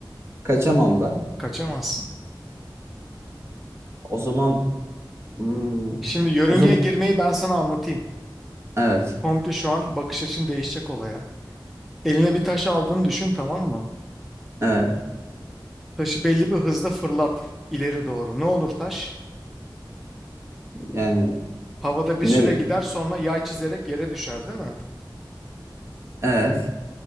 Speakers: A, on the right; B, in the centre.
A: Kaçamam da.
B: Kaçamazsın.
A: O zaman hmm,
B: Şimdi yörüngeye
A: o zaman
B: girmeyi ben sana anlatayım.
A: evet.
B: Komple şu an bakış açın değişecek olaya. Eline bir taş aldığını düşün tamam mı?
A: Evet.
B: Taşı belli bir hızda fırlat ileri doğru. Ne olur taş?
A: Yani
B: Havada bir
A: nere
B: süre gider sonra yay çizerek yere düşer değil mi?
A: evet.